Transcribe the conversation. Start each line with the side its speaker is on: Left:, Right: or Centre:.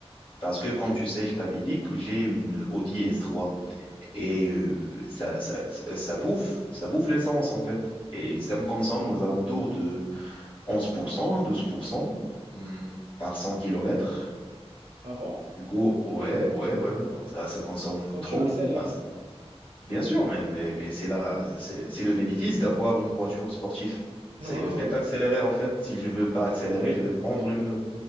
Left: parce que comme tu sais, je t'avais dit que j'ai une Audi S3 et euh, ça, ça, ça ça bouffe, ça bouffe l'essence en fait. Et ça me consomme aux alentours de 11% à 12% hum, par cent kilomètres
Right: Ah bon?
Left: Du coup, ouais, ouais, ouais,
Right: D'accord.
Left: ouais, ça, ça consomme
Right: Quand
Left: trop.
Right: tu accélères
Left: Bah,
Right: ça.
Left: Bien sûr, mais, mais, mais c'est là, c'est c'est le bénéfice d'avoir une voiture sportive.
Right: <laughs>
Left: C'est
Right: Ouais,
Left: le
Right: ouais.
Left: fait d'accélérer, en fait. Si je veux pas accélérer, je vais prendre une,